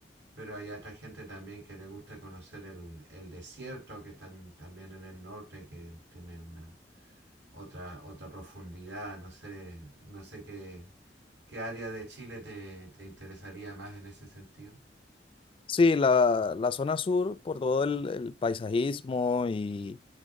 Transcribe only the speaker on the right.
pero hay otra gente también que le gusta conocer el, el desierto, que está también en el norte, que tiene una otra, otra profundidad, no sé, no sé qué, qué área de Chile te, te interesaría más en ese sentido.